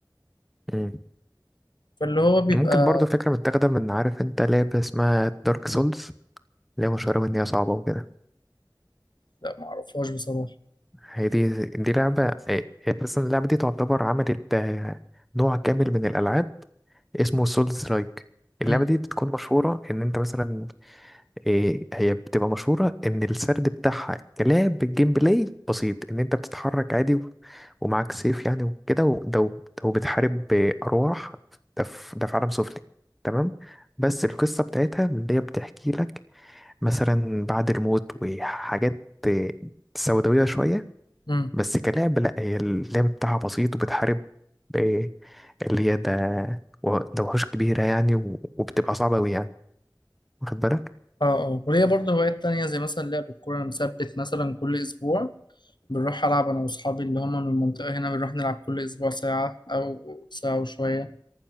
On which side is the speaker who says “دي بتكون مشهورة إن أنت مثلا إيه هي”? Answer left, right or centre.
Centre